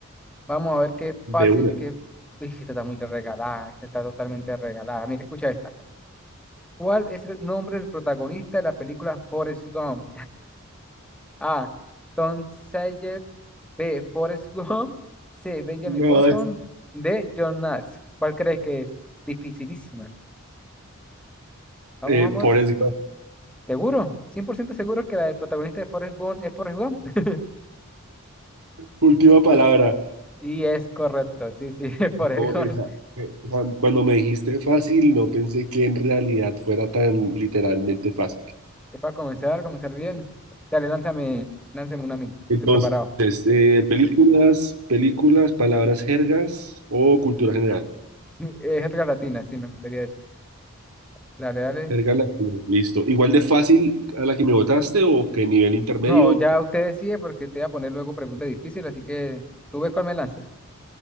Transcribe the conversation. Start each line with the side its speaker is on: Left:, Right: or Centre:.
Centre: Vamos a ver qué
Right: De
Centre: fácil,
Right: una.
Centre: qué... Uy, esta está muy regalada. Esta está totalmente regalada. Mira, escucha esta. ¿Cuál es el nombre del protagonista de la película Forrest Gump? A. Tom Sawyer. B. Forrest <laughs> Gump. C. Benjamin
Right: No,
Centre: Button.
Right: es
Centre: D. John Nash. ¿Cuál crees que es? Dificilísima. Vamos,
Right: eh,
Centre: vamos.
Right: Forrest Gump.
Centre: ¿Seguro? cien por ciento seguro que la del protagonista de Forrest Gump es Forrest Gump. <laughs>
Right: Última palabra.
Centre: Y es correcto. Sí, sí, <laughs> es Forrest
Right: No,
Centre: Gump.
Right: esa, eh, o sea, cuando me dijiste fácil, no pensé que en realidad fuera tan literalmente fácil.
Centre: Es para comenzar, comenzar bien. Dale, lánzame, lánzame una a mí. Yo
Right: Entonces,
Centre: estoy preparado.
Right: eh, películas, películas, palabras jergas o cultura general.
Centre: <laughs> Es jerga latina, sí, me gustaría decir. Dale, dale.
Right: Erga la que no, Listo. Igual de fácil a la que me votaste o que nivel intermedio.
Centre: No, ya usted decide porque te voy a poner luego preguntas difíciles, así que tú ves cuál me lanzas.